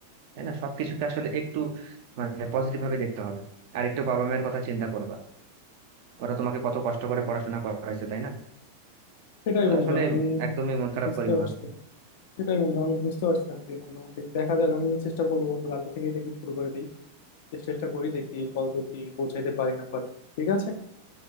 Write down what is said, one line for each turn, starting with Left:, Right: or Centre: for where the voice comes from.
Right: তাই না সবকিছুকে আসলে একটু মানে পজিটিভ ভাবে দেখতে হবে আর একটু বাবা মায়ের কথা চিন্তা করবা ওরা তোমাকে কত কষ্ট করে পড়াশোনা করাইছে তাই না
Left: সেটাই
Right: তো
Left: বন্ধু
Right: আসলে
Left: আমি
Right: একদমই মন খারাপ
Left: বুঝতে
Right: করিও
Left: পারছি
Right: না
Left: সেটাই বন্ধু আমি বুঝতে পারছি আর কি মোটামুটি দেখা যাক আমি চেষ্টা করবো বন্ধু কালকে থেকে দেখি শুরু করে দিই চেষ্টা টেষ্টা করি দেখি কতদূর কি পৌঁছাইতে পারি না পারি ঠিক আছে